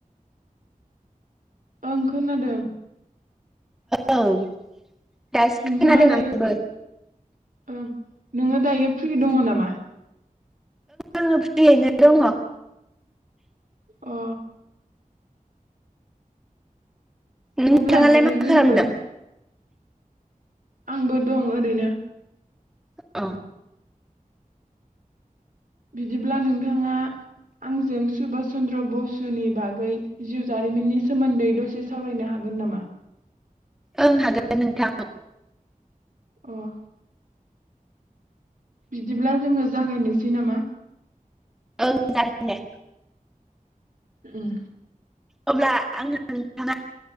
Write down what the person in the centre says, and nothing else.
ओं। दासो
खोनादों
आंबो
ओ फ्रियैनो दङ।
नोंथाङालाय
मा
खालामदों
औ
ओं हागोन नोंथां
औ जागोन दे
अब्ला आङो नोंथाङा